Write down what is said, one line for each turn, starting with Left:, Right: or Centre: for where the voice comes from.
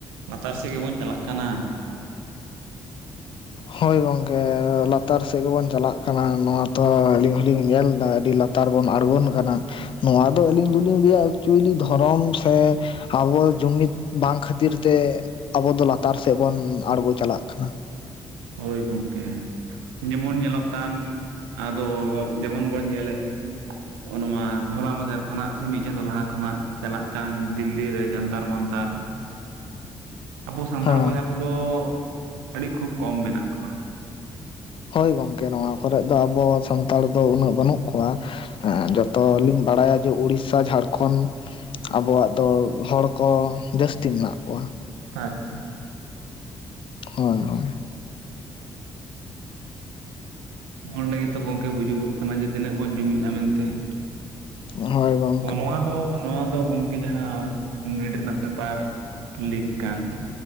Right: ᱞᱟᱛᱟᱨ ᱥᱮᱫ ᱜᱮᱵᱚᱱ ᱪᱟᱞᱟᱜ ᱠᱟᱱᱟ ᱾
Left: ᱦᱳᱭ ᱜᱚᱝᱠᱮ ᱞᱟᱛᱟᱨ ᱥᱮᱜ ᱜᱮᱵᱚᱱ ᱪᱟᱞᱟᱜ ᱠᱟᱱᱟ ᱱᱚᱣᱟ ᱛᱚ ᱟᱹᱞᱤᱧ ᱦᱚᱞᱤᱧ ᱧᱮᱞ ᱮᱫᱟ ᱟᱹᱰᱤ ᱞᱟᱹᱛ ᱛᱟᱨ ᱵᱚᱱ ᱟᱬᱜᱚᱱ ᱠᱟᱱᱟ ᱱᱚᱣᱟ ᱫᱚ ᱟᱹᱞᱤᱧ ᱫᱚᱞᱤᱧ ᱞᱟᱹᱭᱟ ᱮᱠᱪᱩᱭᱮᱞᱤ ᱫᱷᱚᱨᱚᱢ ᱥᱮ ᱟᱵᱚ ᱡᱩᱢᱤᱫ ᱵᱟᱝ ᱠᱷᱟᱹᱛᱤᱨ ᱛᱮ ᱟᱵᱚ ᱫᱚ ᱞᱟᱛᱟᱨ ᱥᱮᱫ ᱵᱚᱱ ᱟᱬᱜᱳ ᱪᱟᱞᱟᱜ ᱠᱟᱱᱟ ᱾
Right: ᱦᱳᱭ ᱜᱚᱝᱠᱮ ᱡᱮᱢᱚᱱ ᱧᱮᱞᱚᱜ ᱠᱟᱱ ᱟᱫᱚ ᱡᱮᱢᱚᱱ ᱵᱚᱱ ᱧᱮᱞᱮᱫ ᱚ ᱱᱚᱣᱟ ᱦᱚᱞᱟ ᱢᱟᱫᱷᱮᱨ ᱠᱷᱚᱱᱟᱜ ᱥᱮ ᱢᱤᱫ ᱪᱟᱸᱫᱚ ᱞᱟᱦᱟ ᱠᱷᱚᱱᱟᱜ ᱪᱟᱞᱟᱜ ᱠᱟᱱ ᱫᱤᱞᱞᱤ ᱨᱮ ᱡᱟᱱᱛᱟᱨ ᱢᱟᱱᱛᱟᱨ ᱾ ᱟᱵᱚ ᱥᱟᱱᱛᱟᱲ
Left: ᱦᱮᱸ
Right: ᱵᱚᱭᱦᱟ ᱠᱚᱫᱚ ᱟᱹᱰᱤ ᱠᱷᱩᱵ ᱠᱚᱢ ᱢᱮᱱᱟᱜ ᱠᱚᱣᱟ ᱾
Left: ᱦᱳᱭ ᱜᱚᱢᱠᱮ ᱱᱚᱣᱟ ᱠᱚᱨᱮᱜ ᱫᱚ ᱟᱵᱚ ᱥᱟᱱᱛᱟᱲ ᱫᱚ ᱩᱱᱟᱹᱜ ᱵᱟᱹᱱᱩᱜ ᱠᱚᱣᱟ ᱾ ᱦᱮᱸ ᱡᱚᱛᱚ ᱞᱤᱧ ᱵᱟᱲᱟᱭᱟ ᱡᱮ ᱩᱲᱤᱥ ᱥᱟ ᱡᱷᱟᱲᱠᱷᱚᱸᱰ ᱟᱵᱚᱣᱟᱜ ᱫᱚ ᱦᱚᱲ ᱠᱚ ᱡᱟᱹᱥᱛᱤ ᱢᱮᱱᱟᱜ ᱠᱚᱣᱟ ᱾
Right: ᱟᱪᱪᱷᱟ
Left: ᱦᱳᱭ ᱦᱳᱭ
Right: <inaudible> ᱚᱸᱰᱮ ᱜᱮᱛᱚ ᱜᱚᱝᱠᱮ ᱵᱩᱡᱩᱜᱚᱜ ᱠᱟᱱᱟ ᱡᱮ ᱛᱤᱱᱟᱹᱜ ᱵᱚᱱ ᱡᱩᱢᱤᱫᱼᱟ ᱢᱮᱱᱛᱮ ᱾
Left: ᱦᱚᱭ ᱵᱟᱝ
Right: ᱱᱚᱣᱟ ᱫᱚ ᱱᱚᱣᱟ ᱫᱚ ᱜᱚᱝᱠᱮ ᱡᱟᱦᱟᱸ ᱱᱤᱴ ᱨᱮᱱᱟᱜ ᱯᱮᱯᱟᱨ ᱞᱤᱠ ᱠᱟᱱ